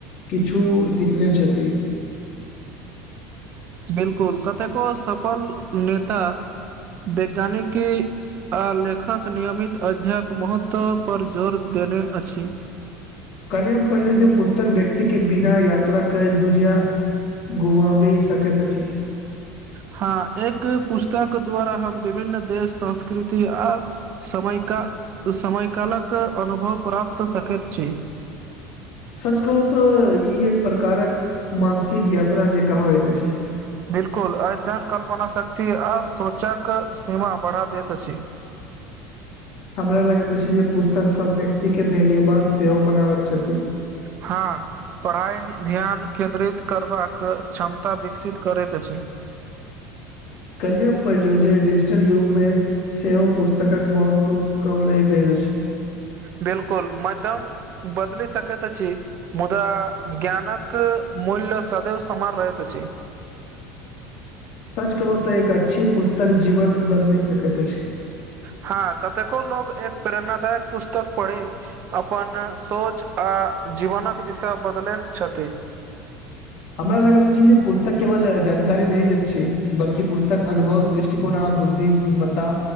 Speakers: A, on the left; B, on the right.
A: किछु सिखने छथि
B: बिलकुल कतेको सफल नेता वैज्ञानिकी आ लेखक नियमित अध्यय महत्व पर जोर देने अछि
A: कहलिय हम पढ़लेयो जे पुस्तक व्यक्ति के बिना यात्रा करे दुनिया गुआ भी सककेत छी
B: हँ एक पुस्तक द्वारा हम विभिन्न देश संस्कृति आ समय का समय कालक अनुभव प्राप्त सकैत छी
A: सच कहू तऽ ई एक प्रकारक मानसिक यात्रा जे कहवइत छै
B: बिलकुल अध्ययन कल्पना शक्ति आ सोचक समा पढ़ा देैत छै
A: हमरा लगैत अछी जे पुस्तक सब व्यक्ति के धैर्य बान सेहो बनाबैत छथि
B: हँ पढ़ाइ ध्यान केन्द्रित करबाक क्षमता विकसित करैत अछि
A: कलिय हम पढ़ैलियो जे डीजिटल युग मे से ओ पुस्तकक महत्व कम नहि पेल अछि
B: बिलकुल मध्म बदली सकैत अछि मुदा ज्ञानक मूल्य सदैव समर रहैत अछि
A: <inaudible> <inaudible> सच कहू तऽ एक अच्छी पुस्तक जीवन बदलि सकैत अछि
B: हँ कतेको लोक एक प्रेरणादाय पुस्तक पढ़ै अपन सोच आ जीवनक दिशा बदलेन छथि
A: हमरा लगैत अछी जे पुस्तक केवल जानकारी नहि देैत छी बल्किुल पुस्तक अनुभव दृष्टिकोणा आ बुद्धि मता